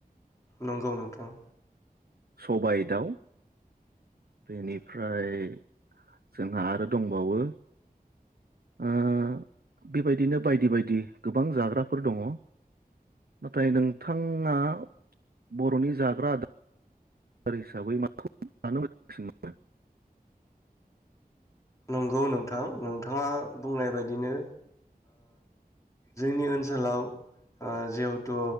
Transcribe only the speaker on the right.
सबायाइ दाउ बेनिफ्राय जोंहा आरो दंबावो ओ बेबायदिनो बायदि बायदि गोबां जाग्राफोर दङ नाथाय नोंथाङा बर'नि जाग्रा आदार हिसाबै माखौ जानो मोजांसिन मोनो